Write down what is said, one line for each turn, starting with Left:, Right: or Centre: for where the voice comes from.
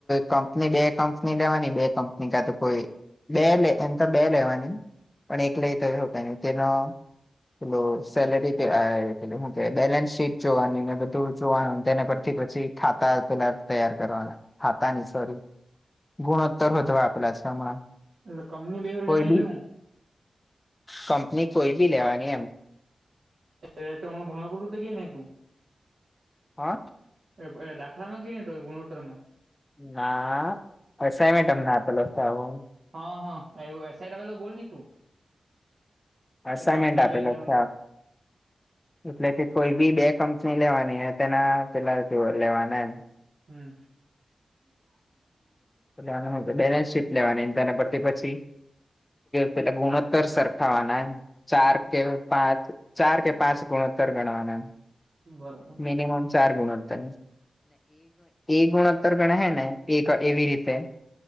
Left: કંપની બે કંપની લેવાની બે કંપની કા તો કોઈ. બે લે એમ તો બે લેવાની પણ એક લઈ તો તેનો. એ સલરી. ટું બેલેન્સ શીટ જોવાની ને બધું જોવાનું તેને પરથી પછી ખાતા. પેલા તૈયાર કરવાના હતા હતા ની સોરી ગુણોત્તર વધવા આપેલા છે હમણાં.
Right: એટ કમની બે
Left: કોઈ
Right: લેવાની
Left: બી
Right: એટલે હું.
Left: કંપની કોઈ બી લેવાની એમ.
Right: એ તર ભલાપરટ ગ ને તું.
Left: હા.
Right: એ દાખડામાં કે નહીો ગુણલોોટરમાં.
Left: ના વસાયમેન્ટમને તલ સા આવું.
Right: હા હા એવું એસઆઈ ટ્રાવલ બોલ ને તું.
Left: અસાાઈનમેન્ટ
Right: કંપની
Left: આપેલો
Right: બે લેવાની
Left: છે. એટલે કોઈ બી બે કંપની લેવાની તેના પેલા જો લેવાના એમ.
Right: હમ. સાડી હો.
Left: લેવાનું બેલેન્સ સીટ લેવાની તને પડતી પછી. પેલા ગુણોત્તર સરખાવાના એમ. ચાર કે પાંચ ચાર કે પાંચ ગુણોત્તર ગણવાનામ.
Right: બરાબર.
Left: ચાર ગુણતા. એ ગુણતર ગણ હે ને એક એવી રીતે.